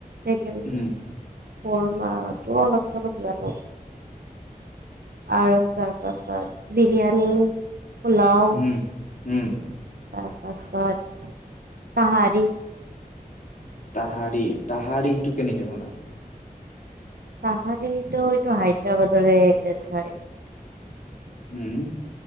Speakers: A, on the right (about 85°); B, on the left (about 60°).
A: চিকেন <unintelligible> সেইটোও
B: উম,
A: অলপ চলপ জানো। আৰু তাৰপাছত বিৰিয়ানী পোলাও
B: উম,
A: তাৰপাছত
B: উম,
A: তাহাৰি।
B: তাহাৰি তাহাৰিটো কেনেকে বনাও?
A: তাহাৰি এইটো এইটো হাইদ্ৰবাদৰে দেছ হয়।
B: হম।